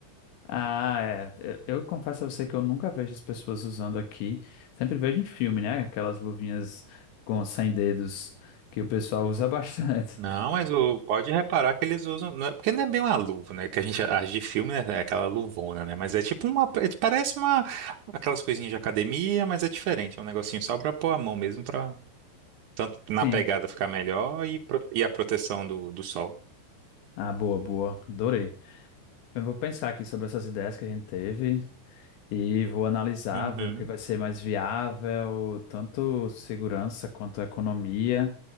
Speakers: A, on the left (about 80°); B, on the right (about 75°).
A: Ah, é. Eu, eu confesso a você que eu nunca vejo as pessoas usando aqui. Sempre vejo em filme, né? Aquelas luvinhas com sem dedos que o pessoal usa bastante.
B: Não, mas o, pode reparar que eles usam, né, porque não é bem uma luva, né? Que a gente age de filme né, é aquela luvona, né? Mas é tipo uma, é- parece uma aquelas coisinhas de academia, mas é diferente, é um negocinho só pra pôr a mão mesmo pra tanto na
A: <laughs> Sim.
B: pegada ficar melhor e, pro- e a proteção do, do sol.
A: Ah, boa, boa. Adorei. Eu vou pensar aqui sobre essas ideias que a gente teve e vou analisar,
B: Uhum.
A: ver o que vai ser mais viável, tanto segurança quanto economia,